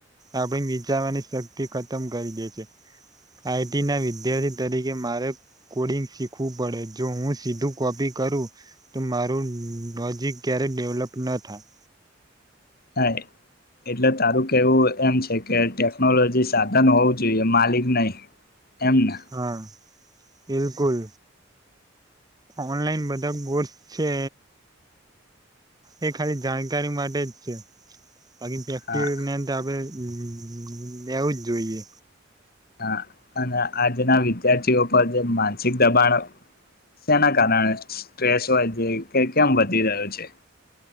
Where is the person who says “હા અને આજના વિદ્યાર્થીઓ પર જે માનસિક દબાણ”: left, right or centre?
Left